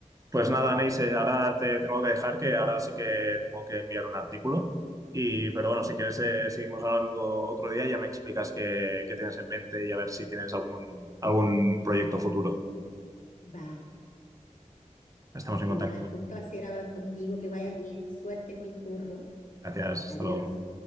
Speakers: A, on the right (about 25°); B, on the left (about 80°).
A: Pues nada, Neise, ahora te tengo que dejar que ahora sí que tengo que enviar un artículo. Y, pero bueno, si quieres, eh, seguimos hablando otro día y ya me explicas qué, qué tienes en mente y a ver si tienes algún, algún proyecto futuro.
B: vale,
A: Estamos en contacto.
B: Marque, un placer hablar contigo, que vaya bien, suerte con el curro,
A: Gracias, hasta
B: adiós.
A: luego.